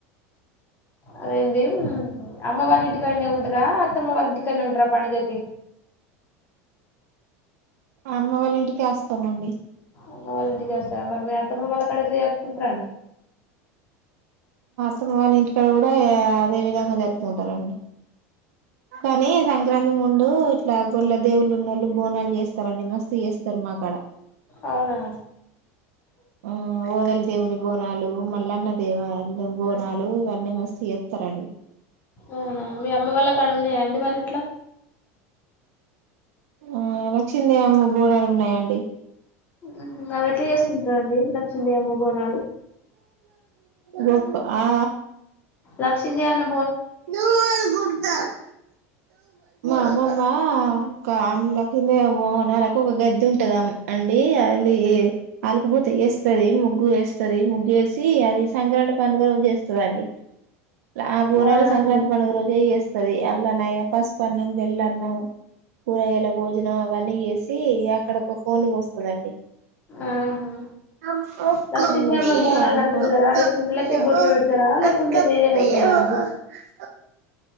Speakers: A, on the left; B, on the right.
A: అదేంటి అమ్మ వాళ్ళ ఇంటికానే ఉంటారా అత్తమ్మ వాళ్ళ ఇంటికానే ఉంటారా పండుగకి
B: అమ్మ వాళ్ళ ఇంటికే వస్తామండి
A: అమ్మ వాళ్ళింటికి వస్తారు మరి మీ అత్తమ్మ వాళ్ళ కడా ఎట్లా జరుపుకుంటారండి
B: త్తమ్మ వాళ్ళ ఇంటికాడ కూడా అదే విధంగా జరుపుకుంటారండి కానీ సంక్రాంతి ఉండూ ఇట్లా గొల్ల దేవుళ్లు ఉన్నోళ్ళు బోనాలు చేస్తారండి మస్తు చేస్తారు మా కాడ.
A: అవునా
B: ఆ వగల్ దేవుని బోనాలు, మల్లన్న దేవ ద బోనాలు, ఇవన్నీ మస్తు చేత్తరండి.
A: అవునా మీ అమ్మ వాళ్ళ కాడ ఉండయా అండి మరి అట్లా
B: ఆ లక్షిమ్ దేవమ్మ బోనాలు ఉన్నాయంండి
A: ఊహూ అవి ఎట్ల చేసుకుంటరండి లక్షిమ్ దెవమ్మ బోనాలు
B: రొక్ ఆ
A: లక్షిమ్ దేవన్న
B: మా అమ్మమ్ మా కామ్ లక్కిం దేవ్ బోనాలకు గద్ది ఉంటది ఆమె అండీ అదీ అలుకుబూత ఏస్తది, ముగ్గు ఏస్తది, ముగ్గు ఏసీ అది సంక్రాంట్ పండుగ రోజు జేస్తదండి. ల ఆ బోనాలు
A: అవునండి
B: సంక్రాంతి పండగ రోజే ఏస్ తది అల్ల నయ పసుపు అన్నం, బెల్లన్నం, కూరగాయల భోజనం, అవన్నీ ఏసీ అక్కడ ఒక కోడ్ని కోస్తదండి. కోన్ని
A: ఆహా లక్ష్మీదేవి
B: కోస్తే
A: అమ్మ బోనాలు అంటారు కదా అవి కుండలకే బొట్లు
B: అండుకోని
A: పెడతారా లేకుంటే వేరే ఉంటాయా అండి